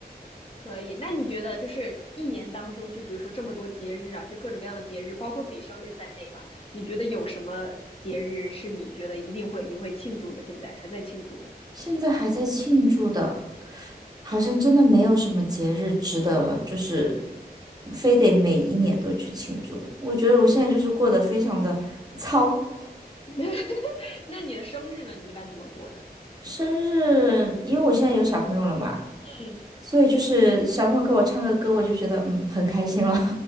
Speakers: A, on the left (about 35°); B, on the right (about 25°).
A: 可以。那你觉得就是一年当中，就比如说这么多节日啊，就各种各样的节日，包括自己生日在内吧，你觉得有什么节日是你觉得一定会你会庆祝的，现在还在庆祝的？
B: 现在还在庆祝的，好像真的没有什么节日值得就是非得每一年都去庆祝。我觉得我现在就是过得非常的糙。
A: <laughs> 那你的生日呢？你一般怎么过呢？
B: 生日，因为我现在有小朋友了嘛，
A: 嗯，
B: 所以就是小朋友给我唱个歌，我就觉得嗯很开心了。